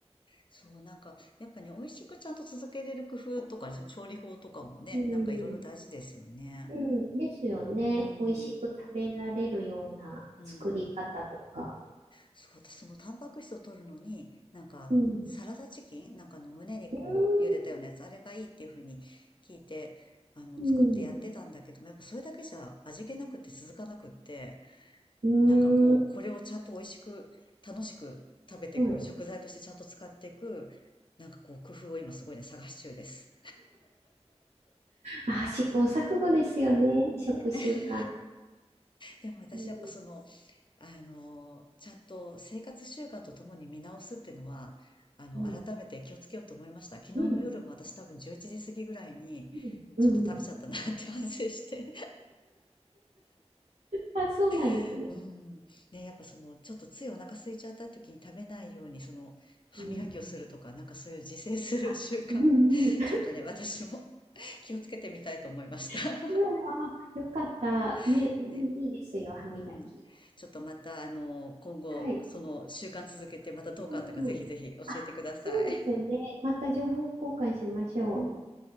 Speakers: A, on the left; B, on the right.
A: そう、なんか、やっぱね、美味しくちゃんと続けれる工夫とかね、そう調理法とかもね、
B: うん。
A: なんかいろいろ大事ですよね。
B: うん。ですよね。
A: うん。
B: 美味しく食べられるような作り方とか。
A: うん。そう、私そのタンパク質を取るのに、なんか、
B: うん。
A: サラダチキンなんかあの胸肉を茹でたようなやつ、
B: うーん。
A: あれがいいっていうふうに聞いて、あの、
B: うん。
A: 作ってやってたんだけども、やっぱそれだけじゃ味気なくて続かなくって、
B: うーん。
A: なんかこう、
B: うーん。
A: これをちゃんと美味しく、楽しく食べていく、
B: はい。
A: 食材としてちゃんと使っていく、なんかこう、工夫を今すごいね、探し中です。
B: あ、試行錯誤ですよね。
A: ね。
B: 食習慣。
A: でも私やっぱその、
B: うん、
A: あの、ちゃんと生活習慣とともに見直すっていうのは、あの、
B: うん、
A: 改めて気をつけようと思いました。昨日の夜も私多分11時過ぎぐらいに、
B: うん、うん。うん
A: ちょっと食べちゃったなって <laughs> 反省して。
B: まあ、そうなんですね。
A: <laughs> うん。ね、やっぱその、ちょっとついお腹空いちゃった時に食べないように、その、歯磨きをするとか、
B: うん。
A: なんかそういう自制する習慣、
B: あ、うん、うん。
A: ちょっとね、私も <laughs> 気をつけてみたいと思いました。
B: <laughs> うんあ、よかった。ね、
A: <laughs>
B: うんいいですよ、
A: ね。
B: 歯磨き。
A: うん。ちょっとまた、あの、今後、
B: はい。
A: その習慣続けて、またどう変わったか、
B: うん、
A: ぜひぜひ教えてください。
B: うん。あ、そうですね。また情報交換しましょう。
A: うん。